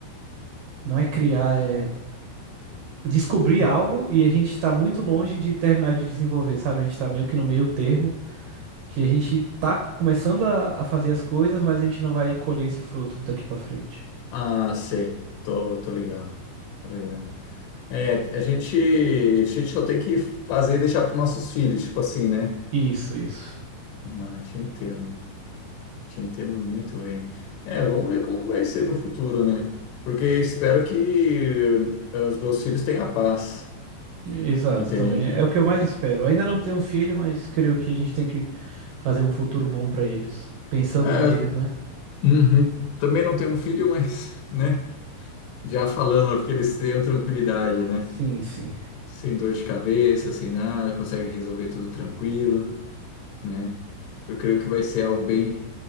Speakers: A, on the right; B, on the left.
A: não é criar, é descobrir
B: Uhum.
A: algo e a gente está muito longe de terminar de desenvolver, sabe? A gente está meio que no meio termo, que a gente tá começando a, a fazer as coisas, mas a gente não vai colher esse fruto daqui para frente.
B: Ah, sei. Tô, tô ligado. Tô ligado. É, a gente, a gente só tem que fazer e deixar para nossos filhos, tipo assim, né?
A: Isso, isso.
B: Ah, te entendo. Te entendo muito bem. É, vamos ver como que vai ser no futuro, né? Porque espero que eh, os meus filhos tenham paz,
A: Exato,
B: entende?
A: também é o que eu mais
B: Hum.
A: espero. Ainda não tenho filho, mas creio que a gente tem que fazer um futuro bom para eles, pensando
B: Ah,
A: neles,
B: eu,
A: né?
B: uhum. Também não tenho um filho, mas, né? Já falando, porque eles tenham tranquilidade, né?
A: Sim, sim.
B: Sem dor de cabeça, sem nada, consegue resolver tudo tranquilo, né? Eu creio que vai ser algo bem,